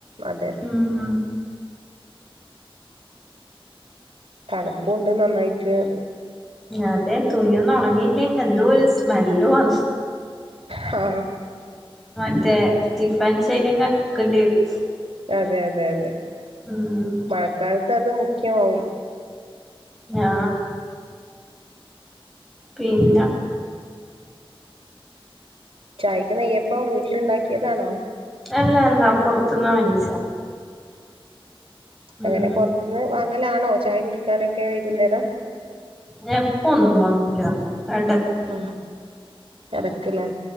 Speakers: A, on the right; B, in the centre.
A: അതെ.
B: ഉം
A: തണുപ്പുണ്ട് നന്നായിട്ട്.
B: അതെ തുണിയൊന്നും ഉണങ്ങിയിട്ടി- ലെങ്കിൽ എന്തോ ഒരു സ്മെല്ലു വ
A: ഹാ
B: മറ്റേ സ്റ്റിഫ് ആന്റ് ഷൈൻ എങ്ങാനും മുക്കേണ്ടി വരും.
A: അതെ അതെ അതെ.
B: ഉം
A: മഴക്കാലത്ത് അത് മുഖ്യമാവും.
B: ഞാ പിന്നെ
A: ചായക്ക് നെയ്യപ്പം വീട്ടിലുണ്ടാക്കിയതാണോ?
B: അല്ല അല്ല പുറത്തുന്ന് വാങ്ങിച്ചാ ഉം
A: അങ്ങനെ
B: ഉം
A: പുറത്തുനിന്ന് വാങ്ങലാണോ ചായ കുടിക്കാനൊക്കെ വൈകുന്നേരം.
B: ഞ എപ്പ ഒന്നും വാങ്ങൂല്ല വേണ്ട.
A: ആ എടക്ക്ല്ലേ,